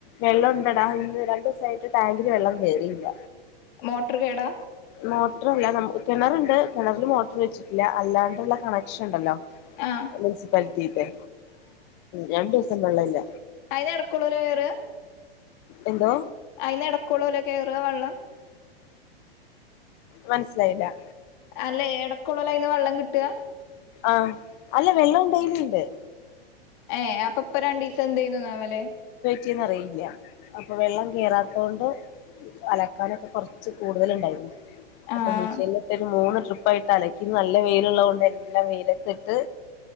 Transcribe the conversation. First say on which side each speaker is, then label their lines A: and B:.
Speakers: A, on the left (about 35°); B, on the left (about 50°).
A: വെള്ളോ ടടാന്ന് രണ്ടുസായിട്ട് ടാങ്കില് വെള്ളം കേറില്ല
B: മോട്ട്ർ കേടാ
A: മോട്രാല്ല നമ് കെണറുണ്ട് കെണറിൽ മോട്ർ വെച്ചിട്ടില്ല അല്ലാണ്ടുള്ള കണക്ഷണ്ടല്ലോ
B: ആഹ്
A: മുൻസിപ്പാലിറ്റിട്ട രണ്ടുസം വെള്ളവില്ല
B: അയിനെടക്കൂളൂല്ലോ വേറ്
A: എന്തോ
B: അയിന്ന് എടക്കോള്ളോല്ലകേറ വെള്ളം
A: മൻസിലായില്ല
B: അല്ലെ എടക്കുള്ളലയിന്ന് വെള്ളം കിട്ട്ക
A: ആഹ് അല്ല വെള്ളണ്ടൈലുണ്ട്
B: ഏഹ് അപ്പൊ ഇപ്പൊ രണ്ടിസം എന്തെന്നു <unintelligible>
A: ക്കുംഅറിയില്ല അപ്പൊ വെള്ളം കേറാതോണ്ട് അലക്കാനൊക്കെ കൊറച്ച് കൂടുതല്ണ്ടായിരുന്നു
B: ആഹ്
A: അപ്പൊ മിഷ്യലിട്ടത് മൂന്ന് ട്രിപ്പായിട്ടലക്കി നല്ല വെയിലോള്ളോണ്ടല്ലാം വെയിലത്തിട്ട്